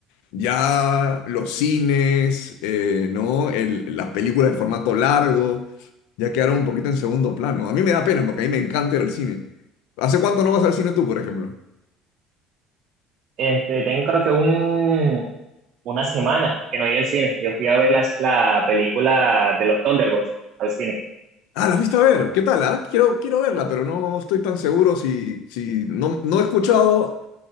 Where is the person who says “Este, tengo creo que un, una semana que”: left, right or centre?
Right